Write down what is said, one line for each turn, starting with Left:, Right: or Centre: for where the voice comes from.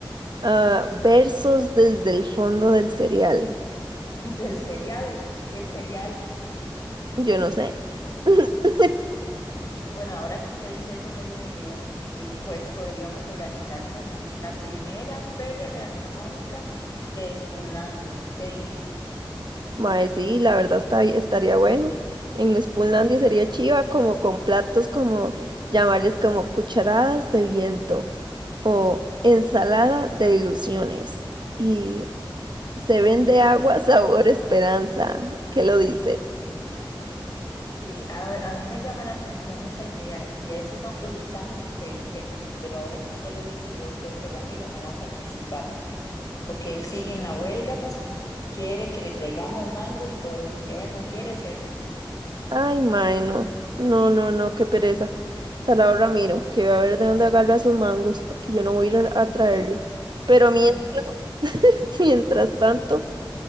Right: ah, versos desde el fondo del cereal.
Left: del cereal. ¿Y qué cereal?
Right: Yo no sé. <laughs>
Left: Bueno, ahora que usted dice eso me dio una idea. Después podríamos organizar como la primera feria gastronómica de Spunlandia. ¿Qué dice?
Right: Mae, sí, la verdad está- estaría bueno. En Spoonlandia sería chiva como con platos como llamarles como cucharadas de viento o ensalada de ilusiones. Y Se vende agua sabor esperanza. ¿Qué lo dice?
Left: Sí, a, a mí me llama la atención esa idea y esos nombres están perfectos, pero ahora que usted lo dice, yo creo que Ramiro no va a participar porque él sigue en la huelga pasiva. Quiere que le traigamos mango y todo y él no quiere hacer nada.
Right: Ay, mae, no. No, no, no, qué pereza. Salado Ramiro, que va a ver de dónde agarra sus mangos, porque yo no voy a ir a a traerle.
Left: Sí,
Right: Pero
Left: yo
Right: mien-
Left: tampoco.
Right: <laughs> mientras tanto,